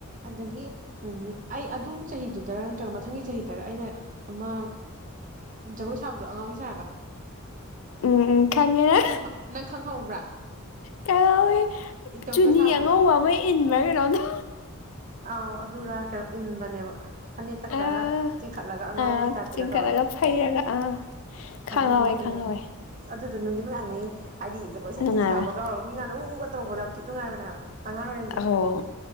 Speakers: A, on the right; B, on the left.
A: ꯑꯗꯒꯤ ꯎꯝ ꯑꯩ ꯑꯗꯨ ꯆꯍꯤꯗꯨꯗꯔ ꯅꯠꯇ꯭ꯔꯒ ꯃꯊꯪꯒꯤ ꯆꯍꯤꯗꯔ ꯑꯩꯅ ꯑꯃ ꯖꯒꯣꯏ ꯁꯥꯕꯗꯣ ꯑꯉꯥꯡꯕꯤ ꯁꯥꯔꯒ
B: ꯎꯝ ꯎꯝ ꯈꯉꯅ
A: ꯅꯪ ꯈꯪ ꯅꯪ ꯈꯪꯍꯧꯕ꯭ꯔꯥ
B: ꯀꯉꯋꯤ
A: ꯏꯇꯣꯝꯇ
B: ꯆꯨꯅꯤ
A: ꯁꯥꯕꯗꯣ
B: ꯑꯉꯧꯕ ꯑꯃ ꯏꯟꯕ꯭ꯔꯥ ꯀꯩꯅꯣꯗ
A: ꯑꯥꯎ ꯑꯗꯨꯔ ꯀꯩꯅꯣ ꯏꯟꯕꯅꯦꯕ ꯐꯅꯦꯛꯀ
B: ꯑꯥ
A: ꯈꯔꯒ ꯆꯤꯡꯈꯠꯂꯒ ꯑꯉꯥꯎꯕꯤꯒꯤ
B: ꯑꯥ
A: ꯇꯥꯏꯞꯇꯒ
B: ꯆꯤꯡꯈꯠꯂꯒ
A: ꯇꯧꯔꯒ
B: ꯐꯩꯔꯒ ꯑꯥ ꯈꯪꯍꯧꯋꯦ
A: ꯑꯗꯨ ꯅꯣꯛꯅꯤꯡ
B: ꯈꯪꯍꯧꯋꯦ
A: ꯑꯁ ꯑꯗꯨꯗꯣ ꯅꯨꯡꯗꯤ ꯃꯌꯥꯝꯅꯤ ꯍꯥꯏꯗꯤ ꯖꯒꯣꯏꯁꯦꯦꯛ
B: ꯅꯨꯡꯉꯥꯏꯕ꯭ꯔꯥ
A: ꯁꯥꯕꯒ ꯍꯧꯔꯒ ꯃꯤ ꯃꯅ ꯎꯒ ꯇꯧꯛꯗ ꯌꯥꯝ ꯊꯤ ꯅꯨꯡꯥꯏꯕꯅꯦꯕ ꯑꯉꯥꯡ ꯑꯣꯏꯔꯤꯩꯁꯨ
B: ꯑꯣ